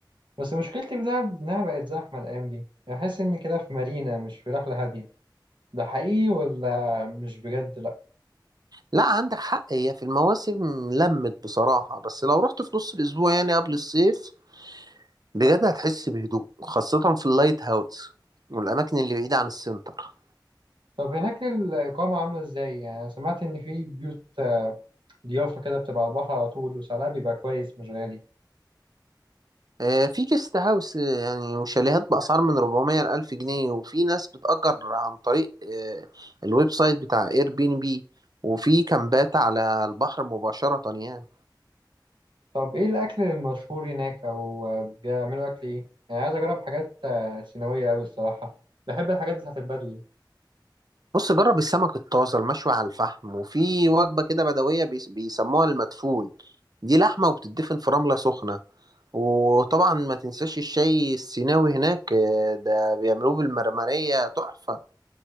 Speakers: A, on the right; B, on the right.
A: بس مشكلتي في دهب إنها بقت زحمة الأيام دي بحس إني كده في مارينا مش في رحلة هادية ده حقيقي ولا مش بجد لأ
B: لا عندك حق هي في المواسم لمت بصراحة بس لو رحت في نص الأسبوع يعني قبل الصيف بجد هتحس بهدوء خاصة في اللايت هاوس والأماكن اللي بعيدة عن السنتر
A: طب هناك الإقامة عاملة إزاي يعني سمعت إن في بيوت ضيافة كده بتبقى على البحر على طول وسعرها بيبقى كويس مش غالي
B: آه، في جيست هاوس آه، يعني وشاليهات بأسعار من 400 ل 1000 جنيه وفي ناس بتأجر عن طريق آه، الويب سايت بتاع اير بي ان بي وفي كامبات على البحر مباشرة يعني
A: طب إيه الأكل المشهور هناك أو بيعملوا أكل إيه يعني عايز أجرب حاجات آه، سيناوية أوي الصراحة بحب الحاجات بتاعت البدوي
B: بص جرب السمك الطازة المشوي على الفحم وفي وجبة كده بدوية بيس- بيسموها المدفون دي لحمة وبتدفن في رملة سخنة وطبعا ما تنساش الشاي السيناوي هناك آه، ده بيعملوه بالمرمرية تحفة